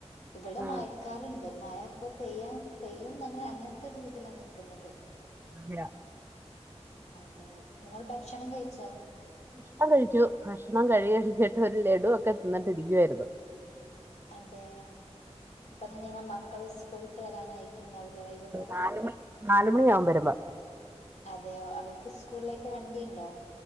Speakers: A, on the left; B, on the right.
A: ഇവിടെ
B: ഉം
A: മയക്കാറ്ണ്ട് മയ ഇപ്പൊ പെയ്യാം പെയ്യും ന്നങ്ങ അങ്ങനത്തെ ഒരു രീതിയിലാ നിക്ക്ന്നത്
B: ആഭിയാ
A: അതെ നിങ്ങള് ഭക്ഷണം കയിച്ചോ
B: ഭക്ഷണം കഴിച്ചു ഭക്ഷണം കഴി കഴിക ത് ഒരു ലെഡു ഒക്കെ തിന്നിട്ട് ഇരിക്കുവാരുന്നു
A: അതെയോ ഇപ്പൊ നിങ്ങ മക്കള് സ്കൂൾ ത്ത് വരാനായി ക്ക് ഇണ്ടാവൂലെ വൈകുന്നേരം
B: നാല് മണി നാല് മണിയാവും വരുമ്പോ
A: അതേയോ അവർക്ക് സ്കൂളിലേ ക്ക് വണ്ടിയ്ണ്ടോ